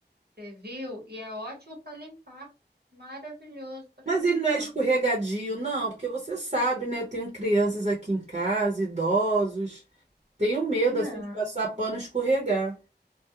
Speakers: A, on the right (about 65°); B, on the right (about 45°).
A: você viu? E é ótimo para limpar. Maravilhoso para
B: Mas
A: limpar.
B: ele não é escorregadio, não, porque você sabe, né? Eu tenho crianças aqui em casa, idosos. Tenho medo,
A: Não,
B: assim, de passar pano e escorregar.